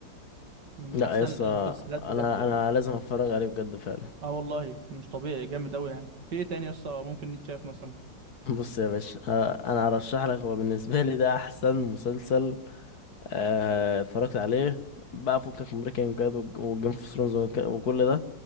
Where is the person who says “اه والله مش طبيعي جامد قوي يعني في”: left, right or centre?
Right